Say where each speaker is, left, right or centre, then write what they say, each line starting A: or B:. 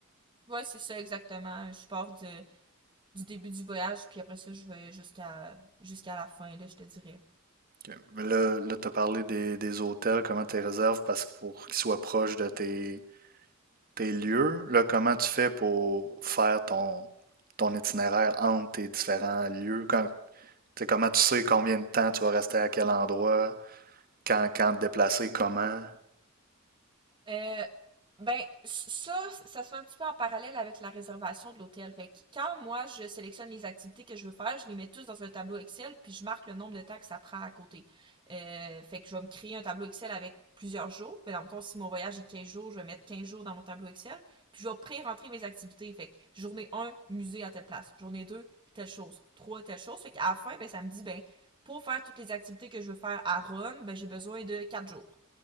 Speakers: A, on the right; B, on the right.
A: Ouais, c'est ça exactement. Je pars de- du début du voyage, puis après ça, je vais jusqu'à jusqu'à la fin, là, je te dirais.
B: Ok. Mais Là, là tu as parlé des, des hôtels, comment tu les réserves parce que pour qu'ils soient proches de tes, tes lieux. Là, comment tu fais pour faire ton, ton itinéraire entre tes différents lieux? Quand, tu sais, comment tu sais combien de temps tu vas rester à quel endroit, quand, quand te déplacer, comment?
A: Euh, Ben, ça, ça se fait un petit peu en parallèle avec la réservation de l'hôtel. Fait que quand moi, je sélectionne les activités que je veux faire, je les mets tous dans un tableau Excel, puis je marque le nombre de temps que ça prend à côté. Euh, fait que je vais me créer un tableau Excel avec plusieurs jours. Mais dans le mettons, si mon voyage est 15 jours, je vais mettre 15 jours dans mon tableau Excel, puis je vais pré-rentrer mes activités. Fait que journée un, musée à telle place. Journée 2, telle chose. 3, telle chose. Fait qu'à la fin, ben, ça me dit, ben, pour faire toutes les activités que je veux faire à Rome, ben, j'ai besoin de 4 jours.